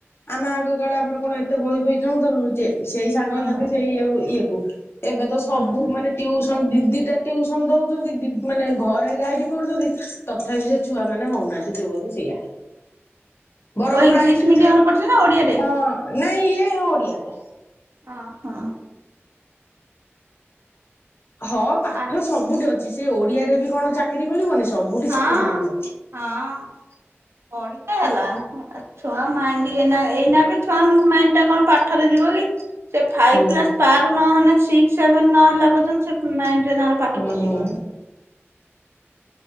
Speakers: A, on the left (about 60°); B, on the right (about 60°).
A: ଆମେ ଆଗ କାଳେ ଆମେ କଣ ଏତେ ବହି ଫଇ କିଣୁଥିଲୁ ଯେ ସେଇ ସାଙ୍ଗସାଥି
B: ହୁଁ
A: ସେଇ ଇଏ ଇଏ କୁ ଏବେ ତ ସବୁ
B: ହୁଁ
A: ମାନେ- ଟିଉସନ ଦି, ଦି ଟା ଟିଉସନ ଦଉଚନ୍ତି ଦି ମାନେ ଘରେ ଗାଇଡ କରୁଚନ୍ତି ତଥାପି ସେ ଛୁଆ ମାନେ ହୋଉନାହାନ୍ତି ଯୋଉଆକୁ ସେଇଆ। ବରଂ
B: ପୁଅ ଇଂଲିଶ
A: ପ୍ରାଇଭେଟ
B: ମିଡିୟମରେ
A: ଚାଇଙ୍କି
B: ପଢୁଛି ନା ଓଡିଆରେ?
A: ହଁ ନାଇଁ ଇଏ ଓଡ଼ିଆରେ।
B: ଅ ହ।
A: ହଁ, ପାଠ
B: ଆଚ୍ଛା
A: ସବୁଠି ଅଛି ସେ ଓଡିଆରେ ବି କଣ ଚାକିରି ମିଳିବନି ସବୁଠି ଚାକିରି
B: ହଁ
A: ମିଳିବ?
B: ହଁ, ପଢ଼ିତେ ହେଲା। ଆ ଛୁଆ ମାଇଣ୍ଡ ଏଇନା ଏଇନା ବି ଛୁଆ ମାଇଣ୍ଡ ଟା କଣ ପାଠରେ ଯିବ କି? ସେ ଫାଇପ୍
A: ହୁଁ
B: କ୍ଲାସ ପାର ନହେନେ ସିକ୍ସ ସେଭେନ ନ ହେଲା ପର୍ଯ୍ୟନ୍ତ ସେ ମାଇଣ୍ଡ ରେ ତାଙ୍କର ପାଠ
A: ହୁଁ।
B: ପଶିବନି।